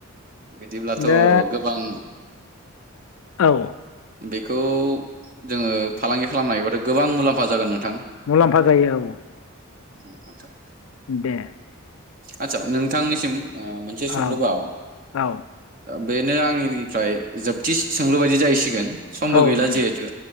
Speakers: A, on the right; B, on the left.
A: बिदिब्लाथ'
B: दा
A: गोबां
B: औ
A: बेखौ जोङो फालांगि खालामनो हायोबाथ' गोबां मुलाम्फा जागोन नोंथां
B: मुलाम्फा जायो औ
A: उम आतसा
B: दे
A: आदसा नोंथांनिसिम ओ मोनसे सोंलुबाव
B: औ औ
A: बेनो आंनिफ्राय जोब दिस सोंलु बायदि जाहैसिगोन। समबो
B: औ
A: गैला
B: दे
A: जिहेथु